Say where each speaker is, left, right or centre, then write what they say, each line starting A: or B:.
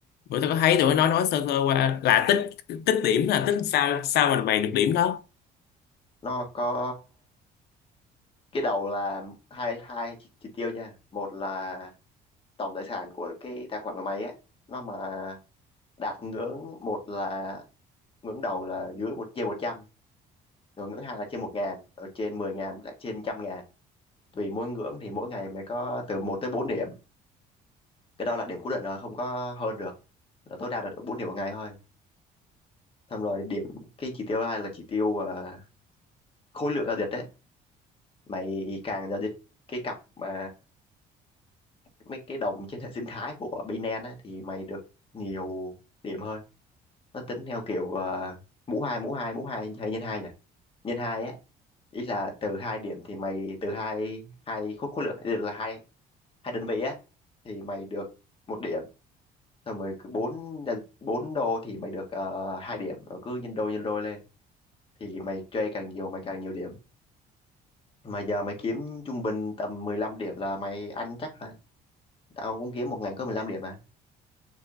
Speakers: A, on the left; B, on the left.
A: bữa tao có thấy tụi nó nói nói sơ sơ qua là tích tích điểm là tích sao sao mà mày được điểm đó
B: nó có cái đầu là hai hai chỉ, chỉ tiêu nha một là tổng tài sản của cái tài khoản của mày á nó mà đạt ngưỡng một là ngưỡng đầu là dưới một trên một trăm rồi ngưỡng hai là trên một ngàn rồi trên mười ngàn lại trên trăm ngàn tùy mỗi ngưỡng thì mỗi ngày mày có từ một tới bốn điểm cái đó là điểm cố định rồi không có hơn được là tối đa là được bốn điểm một ngày thôi xong rồi điểm cái chỉ tiêu hai là chỉ tiêu à, khối lượng giao dịch đấy mày càng giao dịch cái cặp mà mấy cái đồng trên hệ sinh thái của Binance á, thì mày được nhiều điểm hơn nó tính theo kiểu ờ, mũ hai mũ hai mũ hai hay nhân hai nhỉ nhân hai á ý là từ hai điểm thì mày từ hai hai khối khối lượng ý là hai hai đơn vị á thì mày được một điểm xong rồi cứ bốn bốn đô thì mày được uh, hai điểm rồi cứ nhân đôi nhân đôi lên thì mày chơi càng nhiều mày càng nhiều điểm mà giờ mày kiếm trung bình tầm 15 điểm là mày ăn chắc tao cũng kiếm một ngày có 15 điểm mà